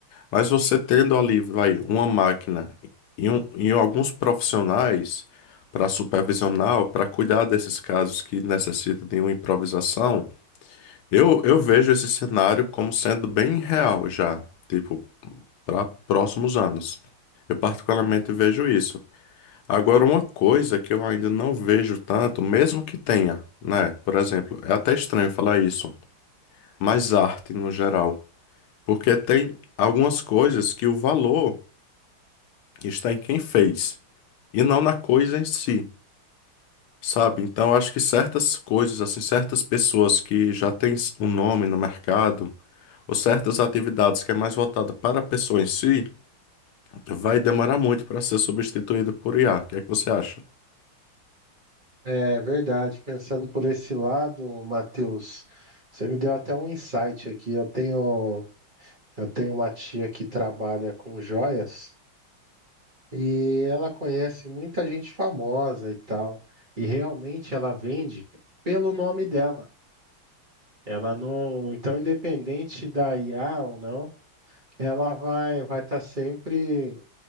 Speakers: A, on the left (about 90°); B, on the right (about 30°).
A: Mas você tendo ali, vai, uma máquina e, um, e alguns profissionais para supervisionar, para cuidar desses casos que necessitam de uma improvisação, eu, eu vejo esse cenário como sendo bem real já, tipo, para próximos anos. Eu particularmente vejo isso. Agora, uma coisa que eu ainda não vejo tanto, mesmo que tenha, né? Por exemplo, é até estranho falar isso, mas arte no geral. Porque tem algumas coisas que o valor. está em quem fez e não na coisa em si, sabe? Então acho que certas coisas, assim, certas pessoas que já têm um nome no mercado ou certas atividades que é mais voltada para a pessoa em si, vai demorar muito para ser substituída por IA. O que é que você acha?
B: É verdade, pensando por esse lado, Matheus, você me deu até um insight aqui. Eu tenho, eu tenho uma tia que trabalha com joias e ela conhece muita gente famosa e tal. E realmente ela vende pelo nome dela. Ela não, então independente da IA ou não, ela vai vai estar sempre